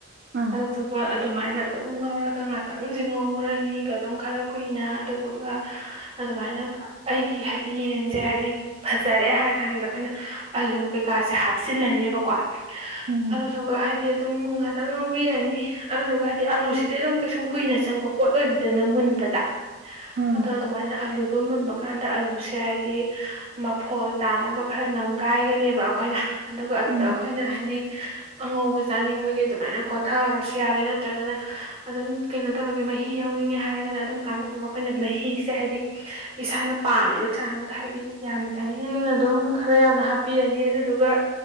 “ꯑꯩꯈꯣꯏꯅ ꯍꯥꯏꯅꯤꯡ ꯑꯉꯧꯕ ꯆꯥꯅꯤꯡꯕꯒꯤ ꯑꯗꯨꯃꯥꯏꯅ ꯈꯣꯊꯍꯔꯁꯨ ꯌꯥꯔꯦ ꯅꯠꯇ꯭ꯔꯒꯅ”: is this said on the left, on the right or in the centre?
Right